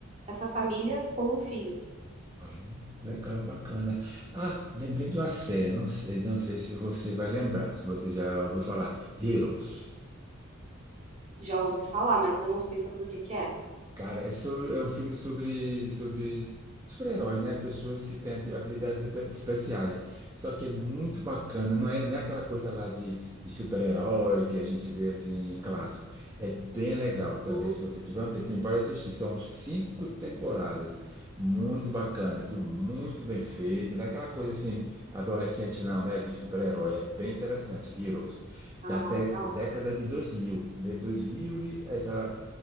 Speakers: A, on the right; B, on the right.
A: essa família com um filho.
B: Ah, legal, bacana. Ah, lembrei de uma série. Não sei, não sei se você vai lembrar, se você já ouviu falar. Heroes.
A: Já ouvi falar, mas eu não sei sobre o que que é.
B: Cara, é, sobre, é um filme sobre, sobre super-heróis, né? Pessoas que têm hab- habilidades espe- especiais. Só que é muito bacana, não é, não é aquela coisa lá de, de super-herói que a gente vê assim, clássico. É bem legal também.
A: Hum,
B: Se você tiver um tempinho, pode assistir. São cinco temporadas. Muito bacana, viu? Muito bem feito. Não é aquela coisa assim, adolescente, não, né? De super-herói. É bem interessante. Heroes,
A: ah,
B: da te-
A: legal.
B: década de dois mil De 2000 e essa.